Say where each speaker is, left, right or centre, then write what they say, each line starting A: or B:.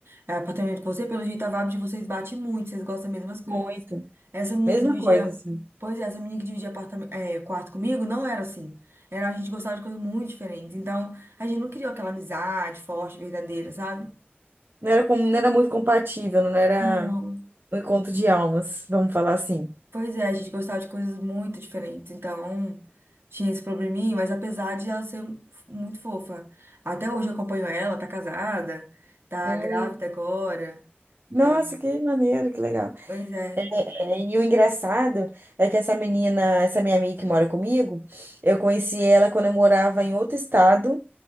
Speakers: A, on the right; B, on the right.
A: é, apartamento com você, pelo jeito a vibe de vocês bate muito, vocês gostam das mesmas coisas.
B: Muito.
A: Essa menina
B: Mesma
A: que dividia,
B: coisa, assim.
A: pois é, essa menina que dividia apartamento, é, quarto comigo não era assim. Era a gente gostava de coisas muito diferentes. Então, a gente não criou aquela amizade forte, verdadeira, sabe?
B: Não era, como, não era muito compatível, não era
A: Não.
B: um encontro de almas, vamos falar assim.
A: Pois é, a gente gostava de coisas muito diferentes. Então, tinha esse probleminha, mas apesar de ela ser muito fofa, até hoje eu acompanho ela, tá casada, tá
B: Hum.
A: grávida agora,
B: Nossa,
A: tá.
B: que maneiro, que legal.
A: Pois é.
B: É, E o engraçado é que essa menina, essa minha amiga que mora comigo, eu conheci ela quando eu morava em outro estado.